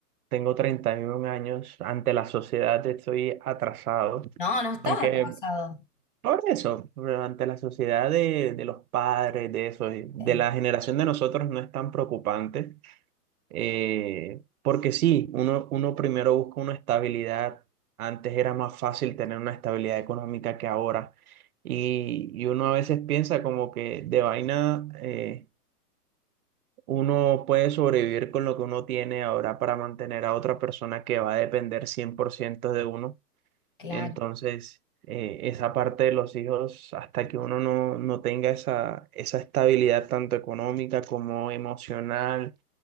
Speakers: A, on the right; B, on the left.
A: tengo 31 años, ante la sociedad estoy atrasado,
B: No, no estás
A: aunque
B: atrasado.
A: Por eso, pero ante la sociedad de, de los padres, de eso, de
B: Sí,
A: la generación de nosotros no es tan preocupante, eh, porque sí, uno, uno primero busca una estabilidad, antes era más fácil tener una estabilidad económica que ahora, y, y uno a veces piensa como que de vaina eh, uno puede sobrevivir con lo que uno tiene ahora para mantener a otra persona que va a depender 100% de uno
B: claro,
A: entonces, eh, esa parte de los hijos, hasta que uno no, no tenga esa, esa estabilidad tanto económica como emocional,